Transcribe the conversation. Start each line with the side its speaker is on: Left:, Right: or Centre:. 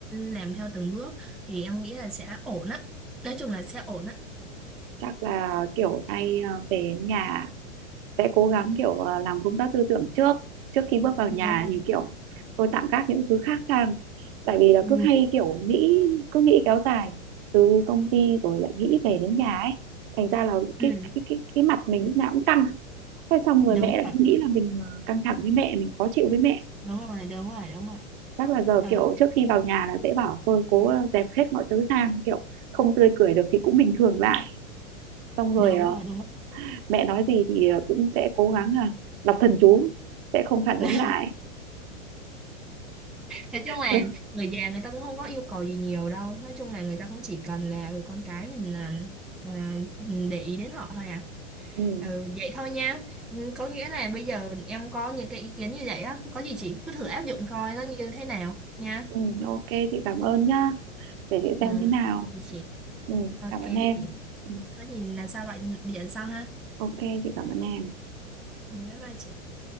Centre: làm theo từng bước thì em nghĩ là sẽ ổn á nói chung là sẽ ổn á
Right: chắc là kiểu nay à, về nhà sẽ cố gắng kiểu ờ, làm công tác tư tưởng trước trước khi bước vào nhà
Centre: đúng rồi
Right: thì kiểu thôi tạm gác những thứ khác sang tại vì là
Centre: ừ,
Right: cứ hay kiểu nghĩ cứ nghĩ kéo dài từ công ty rồi lại nghĩ về đến nhà ấy thành ra là cái
Centre: ừ,
Right: cái cái, cái mặt mình lúc nào cũng căng thế xong rồi
Centre: đúng
Right: mẹ lại
Centre: rồi
Right: cứ nghĩ là mình ờ, căng thẳng với mẹ mình khó chịu với mẹ
Centre: đúng rồi đúng rồi đúng rồi
Right: chắc là giờ
Centre: ừ,
Right: kiểu trước khi vào nhà là sẽ bảo thôi cố ờ, dẹp hết mọi thứ sang kiểu không tươi cười được thì cũng bình thường lại xong rồi
Centre: đúng
Right: ờ,
Centre: rồi đúng
Right: mẹ nói gì thì ờ, cũng sẽ cố gắng là đọc thần chú sẽ không phản ứng
Centre: <laughs>
Right: lại
Centre: nói chung là
Right: ừ,
Centre: người già người ta cũng không có yêu cầu gì nhiều đâu nói chung là người ta cũng chỉ cần là ừ, con cái mình là, là để ý đến họ thôi à
Right: ừ,
Centre: Ừ, vậy thôi nha. Ừ, Có nghĩa là bây giờ em có những cái ý kiến như vậy á, có gì chị cứ thử áp dụng coi nó như thế nào nha.
Right: ừ, ok chị cảm ơn nhá để chị xem
Centre: Ừ,
Right: thế nào
Centre: chị.
Right: ừ,
Centre: Ok
Right: cảm ơn em
Centre: chị.
Right: ừ,
Centre: Có gì là sao gọi điện sau ha.
Right: ok chị cảm ơn em
Centre: Ừ, Bye bye chị.